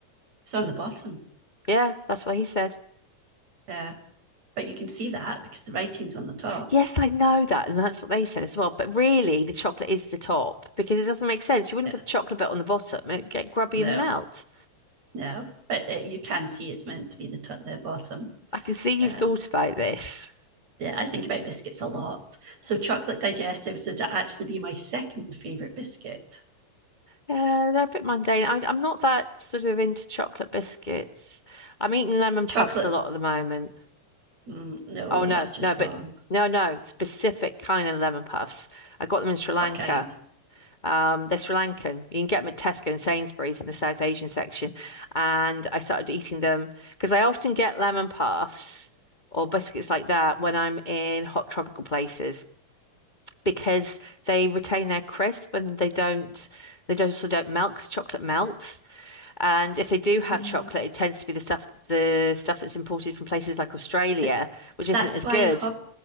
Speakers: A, on the right; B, on the left.
A: it's on the bottom.
B: Yeah, that's what he said.
A: Yeah, but you can see that because the writing's on the top.
B: Yes, I know that, and that's what they said as well. But really, the chocolate is the top because it doesn't make sense. You wouldn't
A: Yeah,
B: put the chocolate bit on the bottom; it'd get grubby
A: no,
B: and melt.
A: no, but uh you can see it's meant to be the top, the bottom.
B: I can see you've
A: Yeah.
B: thought about this.
A: Yeah, I think about biscuits a lot. So chocolate digestives would actually be my second favorite biscuit.
B: Yeah, they're a bit mundane. I, I'm not that sort of into chocolate biscuits. I'm eating lemon
A: Chocolate,
B: puffs a lot at the moment.
A: mm, no,
B: Oh no,
A: that's just
B: no, but
A: wrong.
B: no, no, specific kind of lemon puffs. I got them in Sri Lanka.
A: What kind?
B: Um, they're Sri Lankan. You can get them at Tesco and Sainsbury's in the South Asian section. And I started eating them because I often get lemon puffs or biscuits like that when I'm in hot tropical places because they retain their crisp and they don't they don't also don't melt because chocolate melts. And if they do have
A: Mm,
B: chocolate, it tends to be the stuff the stuff that's imported from places like Australia,
A: but
B: which isn't
A: that's
B: as
A: why
B: good.
A: hob